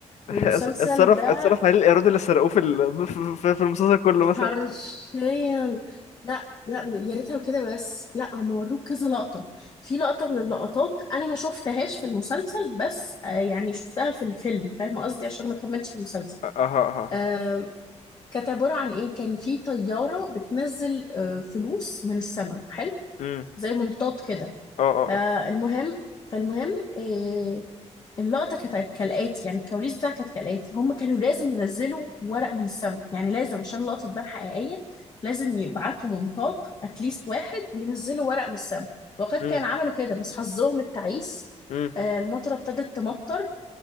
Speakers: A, on the left; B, on the left.
A: اتص-
B: المسلسل
A: اتصرف
B: ده
A: اتصرف عليه الايراد اللي سرقوه في ال- في في في المسلسل كله مثلا
B: حرفيا لا لا يا ريتها كده بس لا هم وروك كذا لقطة في لقطة من اللقطات انا ما شفتهاش في المسلسل بس آه يعني شفتها في الفيلم فاهمة قصدي عشان ما كملتش المسلسل
A: اه اه اه
B: آه
A: اه
B: كانت عبارة عن ايه كان في طيارة بتنزل آه فلوس من السماء حلو
A: مم.
B: زي منطاد كده
A: اه اه
B: فالمهم
A: اه.
B: فالمهم آه، اللقطة كانت كالآتي يعني الكواليس بتاعها كانت كالآتي هم كانوا لازم ينزلوا ورق من السما يعني لازم عشان اللقطة تبان حقيقية لازم يبعتوا منطاد اتليست واحد وينزلوا ورق من السما وقد
A: مم.
B: كان عملوا كده بس حظهم التعيس
A: مم.
B: آه، المطرة ابتدت تمطر